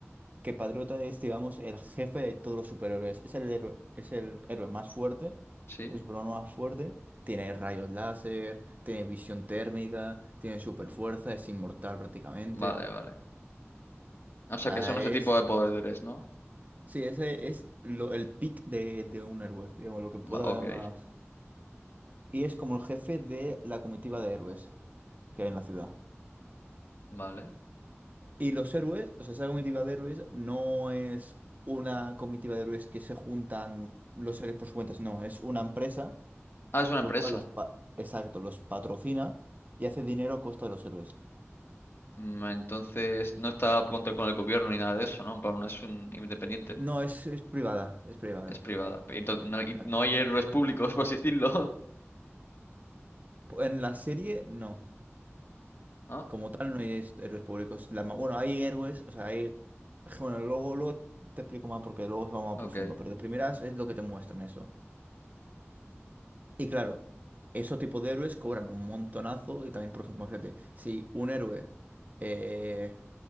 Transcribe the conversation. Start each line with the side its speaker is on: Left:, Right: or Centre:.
Right: que Patriota es, digamos, el jefe de todos los superhéroes. Es el héroe, es el héroe más fuerte,
Left: sí.
Right: el superhéroe más fuerte. Tiene rayos láser, tiene visión térmica, tiene superfuerza, es inmortal prácticamente.
Left: Vale, vale. O sea,
Right: O sea,
Left: que son ese
Right: es...
Left: tipo de poderes, ¿no?
Right: Sí, ese es lo, el pick de, de un héroe, digamos, lo que pueda
Left: Va- Ok,
Right: haber más. Y es como el jefe de la comitiva de héroes que hay en la ciudad.
Left: vale.
Right: Y los héroes, o sea, esa comitiva de héroes no es una comitiva de héroes que se juntan los héroes por su cuenta, no, es una empresa,
Left: Ah, es una
Right: lo
Left: empresa.
Right: cual los, pa- exacto, los patrocina y hace dinero a costa de los héroes.
Left: Mm, Entonces no está a contra con el gobierno ni nada de eso, ¿no? En plan, no es un independiente,
Right: No, es, es privada, es privada.
Left: es privada. Entonces, no, y
Right: Tal.
Left: no hay héroes públicos, <laughs> por así decirlo. <laughs>
Right: En la serie, no.
Left: Ah,
Right: Como tal, no hay es- héroes públicos. La ma- bueno, hay héroes, o sea, hay... Bueno, luego, luego te explico más porque luego se va más
Left: ok.
Right: a profundo, pero de primeras es lo que te muestran eso. Y claro, esos tipos de héroes cobran un montonazo y también, por ejemplo, imagínate, si un héroe eh,